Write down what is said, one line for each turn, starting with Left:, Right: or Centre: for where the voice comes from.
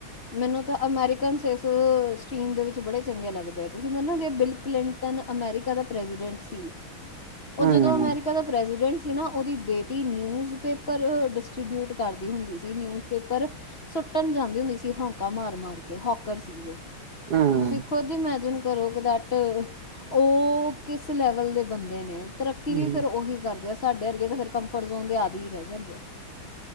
Left: ਮੈਨੂੰ ਤਾਂ ਅਮੈਰੀਕਨ ਸ ਸਟਰੀਮ ਦੇਵਿਚ ਚੰਗੇ ਲੱਗਦੇ ਆ ਤੁਸੀਂ ਮੰਨੋਗੇ ਬਿਲ ਕਲਿੰਟਨ ਅਮੈਰੀਕਾ ਦਾ ਪ੍ਰੈਜੀਡੈਂਟ ਸੀ ਉਹ
Right: ਹਮ
Left: ਜਦੋਂ ਅਮੈਰੀਕਾ ਦਾ ਪ੍ਰੈਜੀਡੈਂਟ ਸੀ ਨਾ ਓਹਦੀ ਬੇਟੀ ਨਿਊਜ ਪੇਪਰ ਡਿਸਟ੍ਰਬਿਊਟ ਕਰਦੀ ਹੁੰਦੀ ਸੀ ਨਿਊਜ ਪੇਪਰ ਸੁੱਟਣ ਜਾਂਦੀ ਹੁੰਦੀ ਸੀ ਹਾਕਾ ਮਾਰ ਮਾਰ ਕੇ ਹਾਕਰ ਸੀ ਉਹ
Right: ਹਮ
Left: ਤੇ ਤੁਸੀਂ ਖੁਦ ਇਮੈਜਨ ਕਰੋ ਕਿ ਦੇਅਟ ਉਹ ਕਿਸ ਲੈਵਲ ਦੇ ਬੰਦੇ ਨੇ ਤਰੱਕੀ
Right: ਹੂੰ,
Left: ਵੀ ਫੇਰ ਉਹੀ ਕਰਦੇ ਆ ਸਾਡੇ ਅਰਗੇ ਤਾਂ ਫਿਰ ਕੰਫਰਟ ਜ਼ੋਨ ਦੇ ਆਦਿ ਹੀ ਰਹਿ ਜਾਂਦੇ ਆ